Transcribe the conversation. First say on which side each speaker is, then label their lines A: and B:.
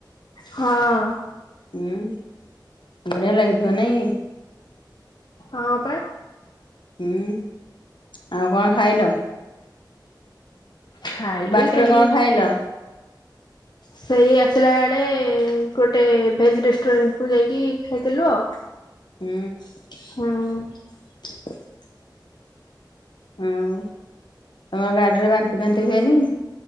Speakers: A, on the left; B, on the left.
A: ହଁ।
B: ଉଁ ବଢିଆ ଲାଗିଥିବ ନାଇଁ?
A: ହଁ ପା।
B: ହୁଁ ଆଉ କଣ ଖାଇଲ?
A: ଖାଇଲି
B: ବାଟେରେ
A: ସେଇ
B: କଣ ଖାଇଲ?
A: ସେଇ ଆସିଲା ବେଳେ ଗୋଟେ ଭେଜ୍ ରେଷ୍ଟୁରାଣ୍ଟକୁ ଯାଇକି ଖାଇଥିଲୁ ଆଉ।
B: ହୁଁ।
A: ହୁଁ।
B: ହୁଁ। ତମର ଗାଡିରେ ବାନ୍ତି ଫାନ୍ତି ହୁଏନି?